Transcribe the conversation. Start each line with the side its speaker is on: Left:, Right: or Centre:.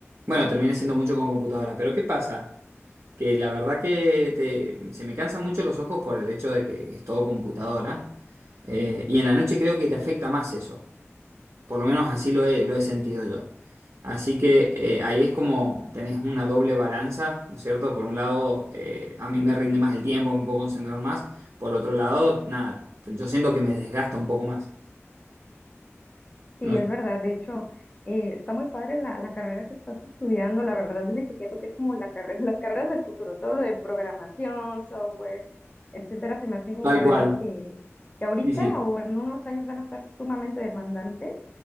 Right: bueno, termina siendo mucho con computadora. Pero ¿qué pasa? que la verdad que te- se me cansan mucho los ojos por el hecho de que es todo computadora. Eh, y en la noche creo que te afecta más eso. Por lo menos así lo he, lo he sentido yo. Así que eh, ahí es como tenés una doble balanza, ¿no es cierto? Por un lado, eh, a mí me rinde más el tiempo, me puedo concentrar más. Por otro lado, nada, yo siento que me desgasta un poco más.
Left: Sí,
Right: No,
Left: es verdad. De hecho, eh, está muy padre la, la carrera que estás estudiando. La verdad es de que siento que es como la carrera, <laughs> las carreras del futuro. Todo lo de programación, software, etcétera, se me hacen como
Right: tal
Left: carreras
Right: cual.
Left: que, que ahorita
Right: Sí, sí.
Left: o en unos años van a estar sumamente demandantes.